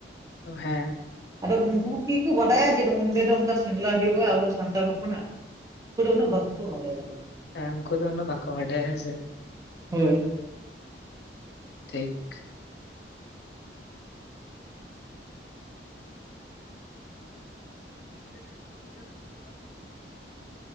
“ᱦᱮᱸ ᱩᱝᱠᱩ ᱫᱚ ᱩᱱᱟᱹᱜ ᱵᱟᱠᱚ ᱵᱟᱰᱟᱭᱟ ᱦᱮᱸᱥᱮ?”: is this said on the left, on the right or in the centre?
Left